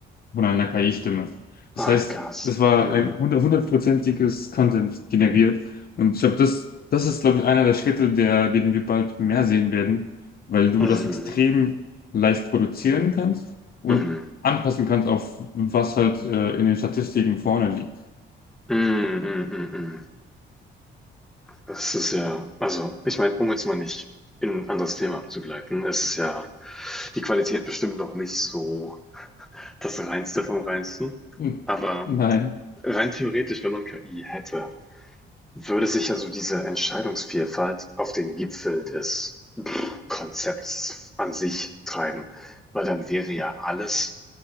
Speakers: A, on the left; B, in the centre.
A: von einer KI-Stimme. Das
B: Oh
A: heißt,
B: Gott.
A: das war
B: Mm,
A: ein hundert- hundertprozentiges Content generiert. Und ich glaube, das, das ist, glaube ich, einer der Schritte, der, den wir bald mehr sehen werden, weil du
B: mm,
A: das extrem leicht produzieren kannst und
B: mm, mm,
A: anpassen kannst auf was halt äh, in den Statistiken vorne liegt.
B: mm, mm, mm. mm. Das ist ja, also, ich meine, um jetzt mal nicht in ein anderes Thema abzugleiten, es ist ja die Qualität bestimmt noch nicht so das Reinste vom Reinsten,
A: Hm,
B: aber
A: Nein.
B: Rein theoretisch, wenn man KI hätte, würde sich also diese Entscheidungsvielfalt auf den Gipfel des Konzepts an sich treiben, weil dann wäre ja alles